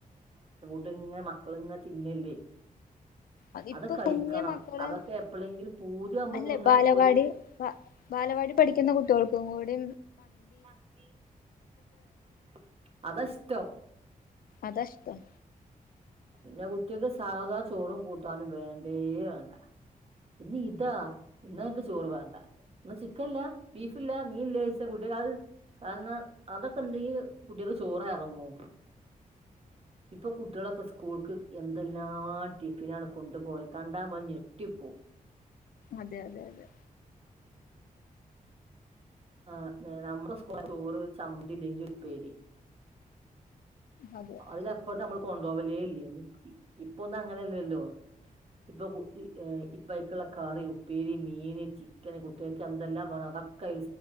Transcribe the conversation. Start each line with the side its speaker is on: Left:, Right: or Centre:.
Right: ത്ങ്ങനെ മക്കളിങ്ങ തിന്നല്ലേ
Left: അതിപ്പോ
Right: അത് കഴിക്കണം
Left: കുഞ്ഞ് മക്കള്
Right: അതൊക്കെ എപ്പളെങ്കിലും പൂതിയാവുമ്പോക്കൊന്ന്
Left: അല്ലെ ബാലവാടി
Right: ഒരു
Left: ബ- ബാലവാടി കുട്ടികൾക്കും
Right: പഠിക്കുന്ന കുട്ട്യോൾക്കും
Left: കൂടി
Right: മന്തി അങ്ങനത്തൊക്കെ വേണം അതാഷ്ടം
Left: അതാ ഇഷ്ടം
Right: പിന്നെ കുട്ട്യാക്ക് സാധാ ചോറും കൂട്ടാനും വേണ്ടേ വേണ്ട ഇനി ഇതാ ന്നാ ചോറ് വേണ്ട ചിക്കൻല്ല ബീഫില്ല മീൻല്ലേയ്ച്ച് കുട്ട്യാള് കാരണം അതൊക്കെണ്ടെങ്കി കുട്ട്യാക്ക് ചോറെർങ്ങൂ ഇപ്പൊ കുട്ട്യാളൊക്കെ സ് സ്കൂൾക്ക് എന്തെല്ലാം ടിഫിനാണ് കൊണ്ടു പോയ കണ്ടാ മ്മൾ ഞെട്ടിപ്പോ
Left: അതെ അതെ അതെ
Right: ആ നമ്മൾ സ്കൂൾക് ചോറ് ചമ്മന്തില്ലെങ്കി ഉപ്പേരി
Left: അതെ
Right: അതില <unintelligible> കൊണ്ടോവലേല്ലയ്നി ഇപ്പൊന്നും അങ്ങനെല്ലല്ലോ ഇപ്പൊ ഇപ്പക്കുള്ള കറി ഉപ്പേരി മീന് ചിക്കന് കുട്ട്യൾക്കെന്തെല്ലാം വേണം അതൊക്കെ